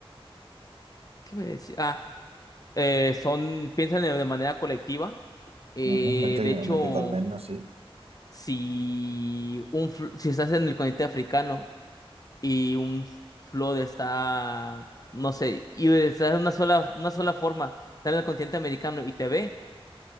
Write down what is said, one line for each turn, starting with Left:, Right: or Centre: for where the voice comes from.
Left: ¿Qué voy a decir? Ah, eh, son, piensan de, de manera colectiva. Eh,
Right: Ujú, Prácticamente
Left: de hecho,
Right: colmeno, sí.
Left: si, un, fl- si estás en el continente africano y un flood está, no sé, y estás en una sola, una sola forma, está en el continente americano y te ve.